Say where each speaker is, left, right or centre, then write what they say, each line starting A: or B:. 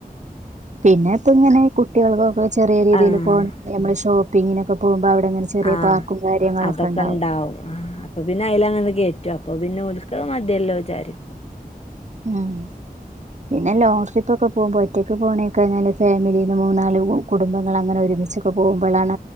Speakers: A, on the right (about 50°); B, on the left (about 40°).
A: പിന്നെ ഇപ്പൊ ഇങ്ങനെ കുട്ടിയോൾ ക്ക് ഇപ്പോ ചെറിയ രീതിയില്
B: ആഹ്
A: പോ നമ്മൾ ഷോപ്പിങ്ങിനൊക്കെ പോകുമ്പോ അവി ടെ ങ്ങനെ ചെറിയ
B: ആഹ്
A: പാർക്കും കാര്യങ്ങളൊക്കെ
B: അതൊക്കെ
A: ഉണ്ടാവും
B: ആഹ് അപ്പൊ പിന്നെ അയ്ലങ്ങനെ കേറ്റുംഅപ്പൊ പിന്നെ ഓൽക്ക് അത് മതിയല്ലോ ചാരിക്കും
A: മ്മ് പിന്നെ ലോങ് ട്രിപ്പ് ഒക്കെ പോകുമ്പോ ഒറ്റയ്ക്ക് പോണേക്കാൾ നല്ലത് ഫാമിലി മൂന്നാല് കുടുംബങ്ങൾ അങ്ങനെ ഒര് മിച്ചൊക്കെ പോകുമ്പോളാണ്